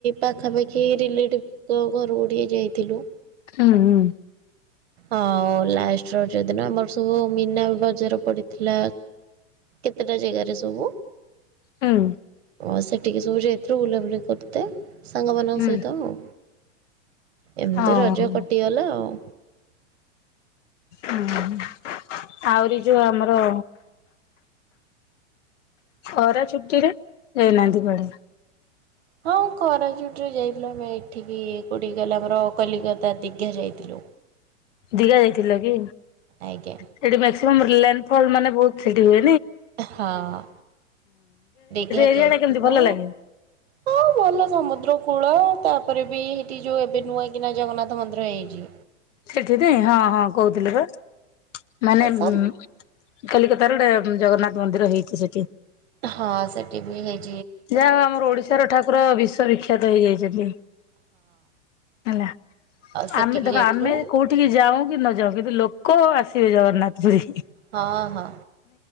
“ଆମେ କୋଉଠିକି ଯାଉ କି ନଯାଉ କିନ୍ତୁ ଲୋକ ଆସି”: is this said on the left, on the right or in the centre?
Left